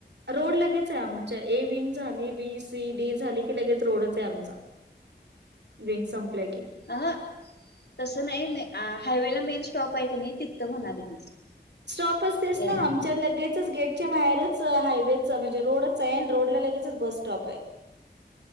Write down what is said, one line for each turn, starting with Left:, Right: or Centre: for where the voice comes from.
Right: रोड लगेच आहे आमच्या ए विंग झाली बी सी डी झाली की लगेच रोडच आहे आमचा विंग संपलं की
Left: अ तसं नाही म हायवे ला मेन स्टॉप आहे कि नाही तिथ म्हणाले मी
Right: स्टॉप असतेस
Left: यायला
Right: ना आमच्या लगेचच् गेटच्या बाहेरच हायवेच म्हणजे रोड <inaudible> रोड ला लगेच बस स्टॉप आहे